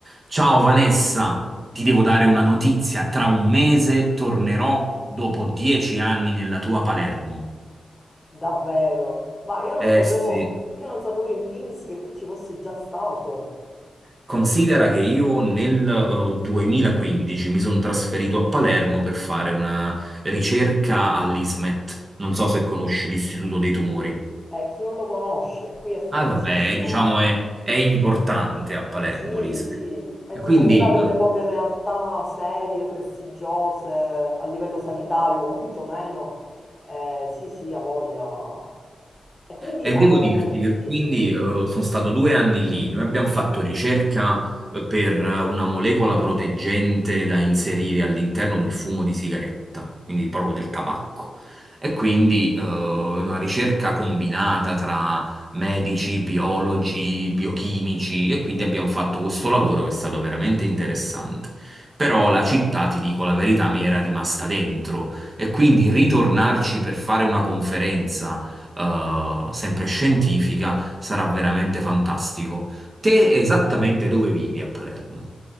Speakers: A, on the right (about 35°); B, on the left (about 25°).
A: Ciao Vanessa, ti devo dare una notizia. Tra un mese tornerò dopo dieci anni nella tua Palermo.
B: Davvero? Ma io
A: Eh
B: non sapevo,
A: sì.
B: io non sapevo in primis che tu ci fossi già stato.
A: Considera che io nel eh, 2015 mi sono trasferito a Palermo per fare una ricerca all'ISMET. Non so se conosci l'Istituto dei Tumori.
B: E chi non lo conosce, qui è famosissimo.
A: Ah, vabbè, diciamo è, è importante a Palermo
B: Sì,
A: l'ISMET.
B: sì, è
A: E
B: tipo
A: Quindi
B: una delle
A: eh,
B: poche realtà serie, prestigiose, a livello sanitario <laughs> quantomeno. Eh, sì, sì, ha voglia. E quindi,
A: E
B: eh,
A: devo dirti che
B: sì,
A: quindi
B: dimmi.
A: eh, sono stato due anni lì, noi abbiamo fatto ricerca eh, per eh, una molecola proteggente da inserire all'interno del fumo di sigaretta, quindi proprio del tabacco. E quindi eh, una ricerca combinata tra medici, biologi, biochimici e quindi abbiamo fatto questo lavoro che è stato veramente interessante. Però la città, ti dico la verità, mi era rimasta dentro e quindi ritornarci per fare una conferenza eh, sempre scientifica, sarà veramente fantastico. Te esattamente dove vivi a Palermo?